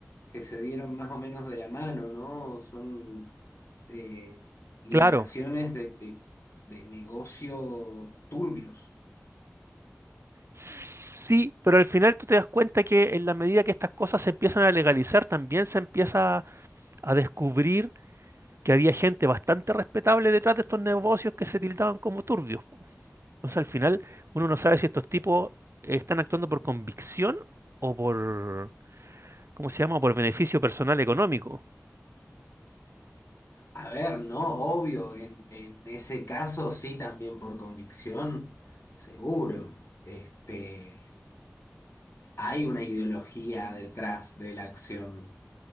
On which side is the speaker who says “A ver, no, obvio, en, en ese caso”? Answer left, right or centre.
Left